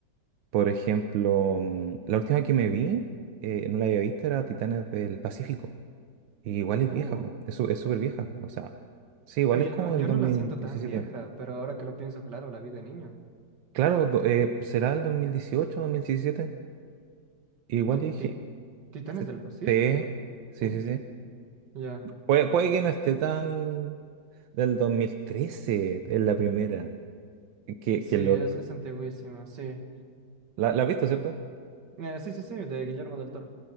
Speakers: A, on the right; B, on the right.
A: por ejemplo, mm, la última que me vi, eh, no la había visto, era Titanes del Pacífico. Y igual es
B: Uh,
A: vieja, po, Es su- es súper vieja. O sea, sí, igual
B: oye,
A: es como
B: no, yo
A: del 2017.
B: no la siento tan vieja, pero ahora que lo pienso, claro, la vi de niño.
A: Claro, do- eh, será el dos dos mil dieciocho dos mil diecisiete Igual
B: No,
A: dije,
B: Ti- Titanes
A: sí,
B: del Pacífico.
A: sí,
B: Uy,
A: sí, sí. sí.
B: ya.
A: Puede, puede que no esté tan del 2013 es la primera. Que,
B: Sí,
A: que lo
B: es, es antiguísima, sí.
A: La, la has visto, ¿cierto?
B: Eh, sí, sí, sí, de Guillermo del Toro.